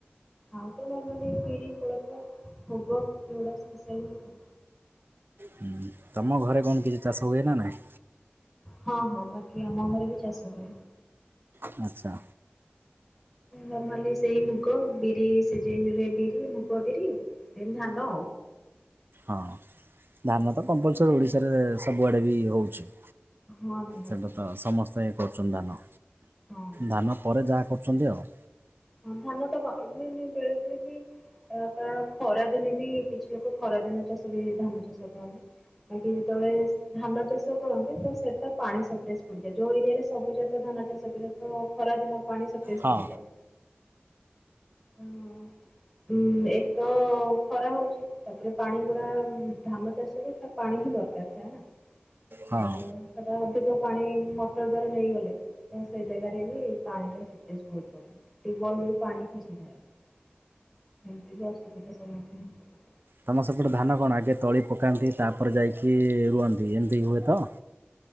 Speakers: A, in the centre; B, on the right.
A: ହଁ ତ ନର୍ମଲି ବିରି ଖୋଳ ମୃଗ ସ୍ପେଶଲ ହୁଏ
B: ହୁଁ ତମ ଘରେ କଣ କିଛି ଚାଷ ହୁଏ ନା ନାଇଁ
A: ହଁ ହଁ ବାକି ଆମ ଘରେ ବି ଚାଷ ହୁଏ
B: ଆଚ୍ଛା
A: ନର୍ମାଲି ସେଇ ମୁଗ ବିରି ସିରେ ବିରି ମୁଗ ବିରି ଏମୀ ଧାନ
B: ହଁ ଧାନ ତ କମ୍ପଲସର ଓଡ଼ିଶାରେ ସବୁଆଡ଼େ ବି ହେଉଛି
A: ହଁ ନିହାତି।
B: ସେଇଟା ତ ସମସ୍ତେ କରୁଛନ୍ତି ଧାନ
A: ହଁ
B: ଧାନ ପରେ ଯାହା କରୁଛନ୍ତି ଆଉ
A: ହଁ ଧାନ ତ କ ଏବେ ମେ ବେଳେ ବେଳେ ବି କାରଣ ଖରା ଦିନେ ବି କିଛି ଲୋକ ଖରା ଦିନ ଚାଷ ବି ଧାନ ଚାଷ କରନ୍ତି। ବାକି ଯେତେବେଳେ ଧାନ ଚାଷ କରନ୍ତି ତ ସେଟା ପାଣି ସର୍ଟେଜ ପଡିଯାଏ ଯୋଉ ଏରିଆରେ ସବୁ ଯାକ ଧାନ ଚାଷ କରିବା ତ ଖରା ଦିନ ପାଣି ସପେଜ
B: ହଁ
A: ପଡ଼ିଯାଏ ହଁ ଉଁ ଏକ ତ ଖରା ହଉଛି ତାପରେ ପାଣି ଗୁଡା ଧାନ ଚାଷ ପାଣି ହିଁ ଦରକାର ଥାଏ ନା
B: ହଁ
A: ତ ସେଟା ଅଧିକ ପାଣି ମଟର ଦ୍ଵାରା ନେଇଗଲେ ତ ସେ ଜାଗାରେ ବି ପାଣି ସଟେଜ ହୋଇପାରେ ଟିବଲ ରୁ ପାଣି ଏମତି ବି ଅସୁବିଧା ସମ୍ମୁଖୀନ ହବ
B: ତମସେପଟେ ଧାନ କଣ ଆଗେ ତଳି ପକାନ୍ତି ତାପରେ ଯାଇକି ରୁହନ୍ତି ଏମିତି ହୁଏ ତ